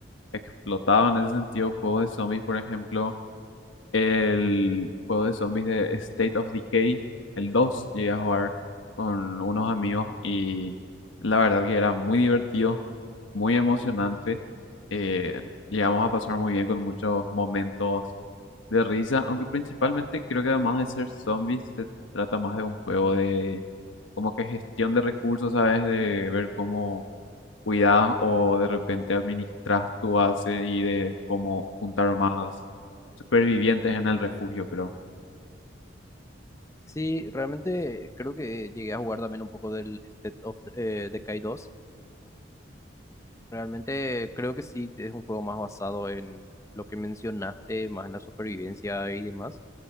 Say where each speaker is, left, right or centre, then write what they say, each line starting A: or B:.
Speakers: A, on the left; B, on the left.
A: explotado en ese sentido. Juegos de zombies, por ejemplo. El juego de zombies de State of Decay, el dos llegué a jugar con unos amigos y la verdad que era muy divertido, muy emocionante. eh, llegamos a pasar muy bien con muchos momentos de risa, aunque principalmente creo que además de ser zombies, se trata más de un juego de como que gestión de recursos, ¿sabes? De ver cómo cuidas o de repente administras tu base y de cómo juntar más supervivientes en el refugio, creo.
B: Sí, realmente creo que llegué a jugar también un poco del State of eh, Decay dos Realmente creo que sí es un juego más basado en lo que mencionaste, más en la supervivencia y demás.